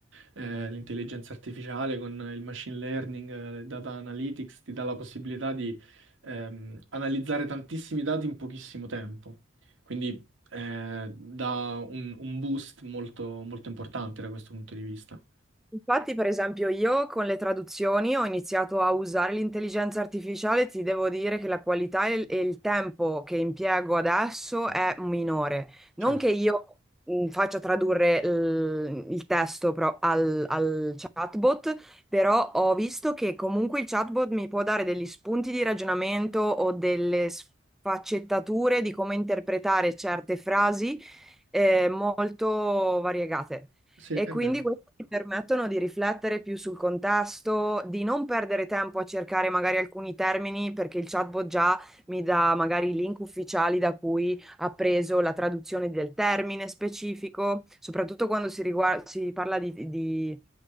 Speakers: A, on the right; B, in the centre.
A: eh, l'intelligenza artificiale con il machine learning, eh, il data analytics ti dà la possibilità di ehm, analizzare tantissimi dati in pochissimo tempo. Quindi eh, dà un, un boost molto molto importante da questo punto di vista.
B: Infatti, per esempio, io con le traduzioni ho iniziato a usare l'intelligenza artificiale, ti devo dire che la qualità e il, e il tempo che impiego adesso è minore. Non
A: Certo.
B: che io mh, faccia tradurre il, il testo pro- al, al chatbot, però ho visto che comunque il chatbot mi può dare degli spunti di ragionamento o delle sfaccettature di come interpretare certe frasi, eh, molto variegate.
A: Sì, è
B: E quindi
A: vero,
B: questi ti permettono di riflettere più sul contesto, di non perdere tempo a cercare magari alcuni termini, perché il chatbot già mi dà magari i link ufficiali da cui ha preso la traduzione del termine specifico, soprattutto quando si, riguar- si parla di, di-